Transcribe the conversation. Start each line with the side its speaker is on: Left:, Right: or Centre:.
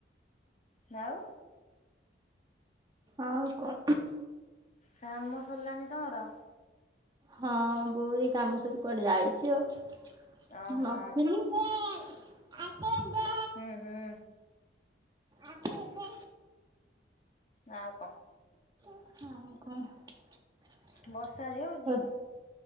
Left: ନାଉ।
Right: ଆଉ କଣ?
Left: କାମ ସଲାଣି ତମର?
Right: ହଁ ବୋଉ ଏଇ କାମସରି କୁଆଡେ ଯାଇଛି ଆଉ ମୁଁ
Left: ଓହୋ
Right: ନଥିଲି। ତେ ଆତେ ଦେ
Left: ହୁଁ ହୁଁ।
Right: ଆତେ ଦେ
Left: ଆଉ କ?
Right: <inaudible>
Left: ବର୍ଷା ଆଜି ହଉଛି?